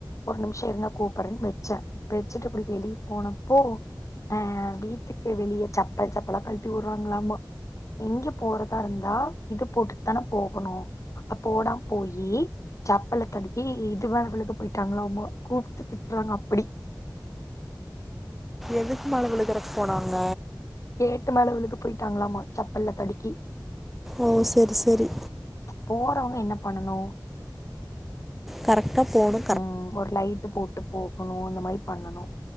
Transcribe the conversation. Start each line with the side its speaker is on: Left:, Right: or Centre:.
Left: ஒரு நிமிஷ இருங்க கூப்புரனு வெச்சே வெச்சிட்டு இப்டி வெளிய போனப்போ ஆ வீட்டுக்கு வெளியே செப்பல் செப்பலா கழுட்டி விட்றாங்களாமா எங்க போறதா இருந்தா இது போட்டு தானே போகணு ஆ போடாம போயி செப்பல்ல தடுக்கி இதுவ மேல போயிட்டாங்களா கூப்டு திட்டுறாங்க அப்டி
Centre: எதுக்கு மேல விழுக்குறக்கு போனாங்க
Left: கேட்டு மேல விழுக போய்ட்டாங்களாமா செப்பல்ல தடுக்கி
Centre: ஓ செரி செரி
Left: போறவங்க என்ன பண்ணனு
Centre: கரெக்டா போணு
Left: ம் ஒரு லைட் போட்டு போகணு அந்த மாரி பண்ணனு